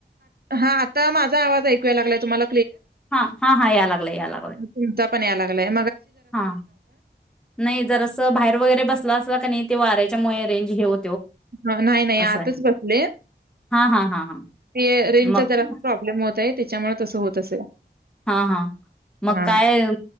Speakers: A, on the right (about 55°); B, in the centre.
A: हा आता माझा आवाज ऐक लागला तुम्हाला?
B: हा हा हा या लागलाय या लागलाय
A: कुमचा पण यायला लागलंय.
B: हा नाही जर असं बाहेर वगैरे बसला असला क नाही ते वाऱ्याच्यामुळे अरेंज हे हो
A: हा नाही नाही
B: असं
A: आताच
B: आहे
A: बसले
B: हा हा हा हा
A: ते प्र्म
B: मग
A: होत त्याच्यामुळे तसं होत असेल
B: हा हा मग
A: हा
B: काय